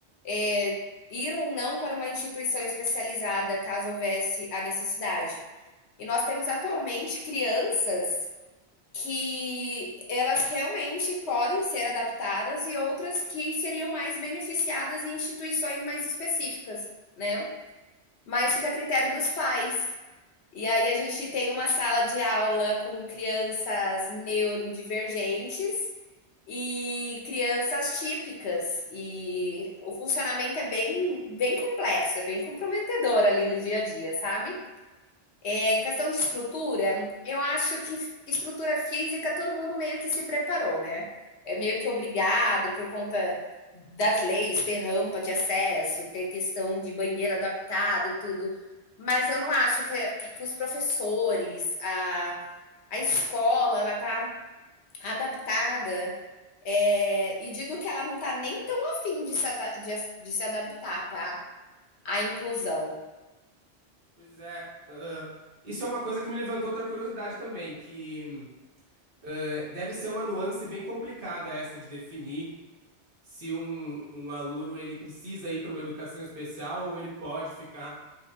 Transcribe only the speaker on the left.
é, ir ou não para uma instituição especializada caso houvesse a necessidade. E nós temos atualmente crianças que elas realmente podem ser adaptadas e outras que seriam mais beneficiadas em instituições mais específicas, né? Mas fica a critério dos pais. E aí a gente tem uma sala de aula com crianças neurodivergentes e crianças típicas. E o funcionamento é bem, bem complexo, é bem comprometedor ali no dia a dia, sabe? É, em questão de estrutura, eu acho que estrutura física todo mundo meio que se preparou, né? É meio que obrigado por conta das leis, ter rampa de acesso, ter questão de banheiro adaptado, tudo. Mas eu não acho que, que, os professores, a, a escola, ela tá adaptada. É, e digo que ela não tá nem tão afim de se, de, de se adaptar, tá? À inclusão.